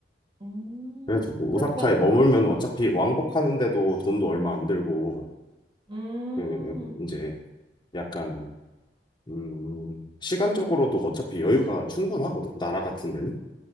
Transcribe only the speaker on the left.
그래가지고 그 오사카에
머물면 어차피 왕복하는데도 돈도 얼마 안 들고
그 이제 약간 음 시간적으로도 어차피 여유가 충분하거든 나라 같은 데는